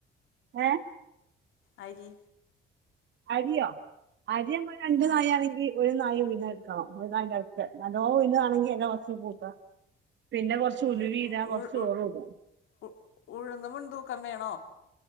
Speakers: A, on the right (about 65°); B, on the left (about 80°).
A: ഏ
B: അരി
A: അരിയോ അരി നമ്മൾ രണ്ട്
B: ആ
A: നാഴിയാണെങ്കി ഒര് നാഴി ഉയന്ന് ട്ക്കണ്ണം ഒരു നാഴിന്റെ ടുത്തെ നല്ലോ ഉയുന്ന് വാണെങ്കി അയിന്റെ കുറച്ച് കൂടാ പിന്നെ കൊറച്ച് ഉലവിടാ
B: ആ,
A: കൊറച്ച്
B: ഉ-
A: ചൊറ്ടാ
B: ഉ ഉഴുന്ന് മുൻ തൂക്കം വേണോ?